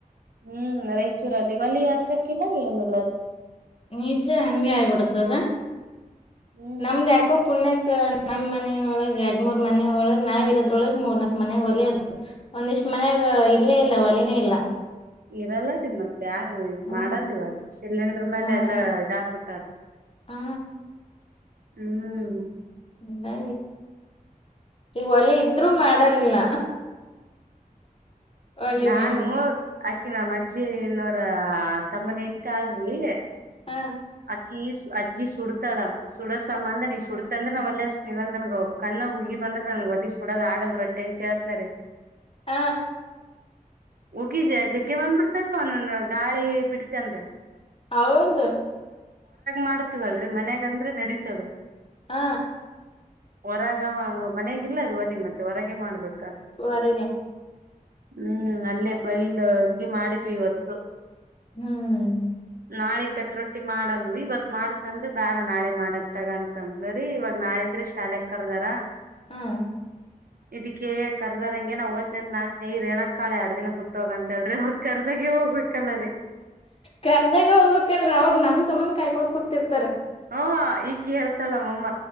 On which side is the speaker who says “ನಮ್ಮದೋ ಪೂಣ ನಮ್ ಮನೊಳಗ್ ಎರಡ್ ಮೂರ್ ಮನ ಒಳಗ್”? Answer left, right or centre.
Left